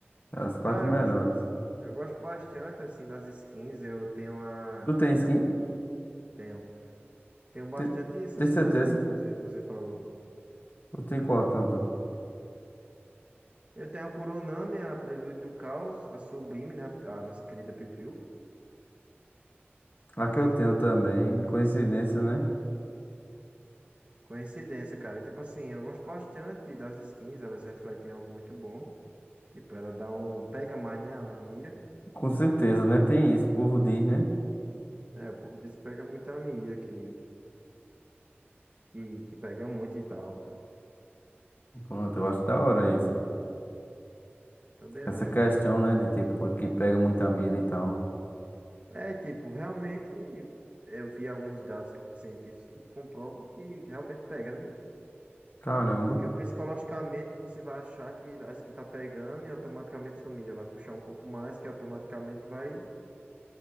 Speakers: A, on the left; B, on the right.
A: é As quatro
B: Cara,
A: melhores.
B: eu gosto, eu gosto bastante assim das skins. Eu tenho a.
A: Tu tem skin?
B: Tenho. Tenho bastante
A: Tem,
B: essas
A: tem certeza?
B: suas aí, inclusive, que você falou.
A: Eu tenho qual tanto?
B: Eu tenho a Kuronami, a Prelude do Caos, a Sublime, né? A nossa querida Piu Piu.
A: A que eu tenho também, coincidência, né?
B: Coincidência, cara. Tipo assim, eu gosto bastante das skins, elas refletem algo muito bom. Tipo, ela dá um. Pega mais, né? A mira.
A: Com certeza, né? Tem isso, o povo diz, né?
B: É, o povo disse que pega muito a mira, que. que, que pega muito e tal.
A: Pronto, eu acho da hora isso.
B: Também
A: Essa
B: acho.
A: questão, né, de tipo, que pega muita milha e tal.
B: É, tipo, realmente eu vi alguns dados científicos que comprovam que realmente pega, né?
A: Caramba.
B: Porque o psicologicamente você vai achar que acho que tá pegando e automaticamente sumira, vai puxar um pouco mais que automaticamente vai